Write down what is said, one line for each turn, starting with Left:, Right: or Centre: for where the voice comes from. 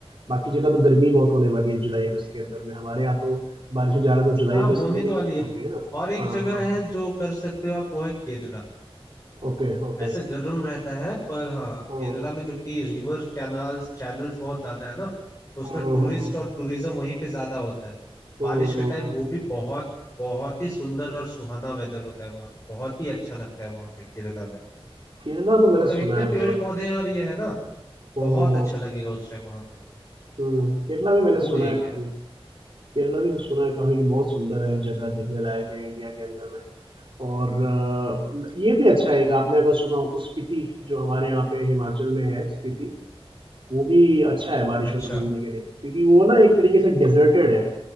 Right: बाकी जगह तो गर्मी बहुत होने वाली है जुलाई-अगस्त के अंदर में, हमारे यहाँ तो बारिशें ज़्यादा तो जुलाई-अगस्त
Left: हाँ होने
Right: में
Left: तो
Right: ही
Left: वाली है
Right: होती है ना?
Left: और एक
Right: हाँ,
Left: जगह
Right: हाँ, हाँ।
Left: है जो कर सकते हो आप वो है केरला
Right: Okay, okay.
Left: ऐसे गर्म रहता है पर हाँ
Right: हुँ।
Left: केरला में जो कि रिवर कैनाल्स चैनल्स बहुत ज्यादा है ना तो उसमें
Right: हुँ, हुँ,
Left: टूरिस्ट
Right: हुँ, हुँ।
Left: और टूरिज्म वहीं पे ज्यादा होता है
Right: हुँ,
Left: बारिश के
Right: हुँ,
Left: टाइम
Right: हुँ।
Left: वो भी बहुत बहुत ही सुंदर और सुहाना वेदर होता है वहाँ बहुत ही अच्छा लगता है वहाँ पे केरला में
Right: केरला तो मैंने
Left: मतलब
Right: सुना
Left: इतने
Right: है
Left: पेड़
Right: बहुत
Left: पौधे हैं और ये है ना
Right: हम्म
Left: बहुत
Right: हम्म
Left: अच्छा लगेगा उस टाइम वहाँ पे
Right: हम्म, केरला भी मैंने
Left: वो
Right: सुना
Left: एक
Right: है काफी
Left: है
Right: केरला भी सुना है काफी कि बहुत सुंदर है जगह देखने लायक है इंडिया के अंदर में और अ, ये भी अच्छा है एक आपने अगर सुना हो तो स्पीति जो हमारे यहाँ पे हिमाचल में है स्पीति वो भी अच्छा है बारिशों
Left: अच्छा
Right: में घूमने के लिए क्योंकि वो ना एक तरीके से डेजर्टेड है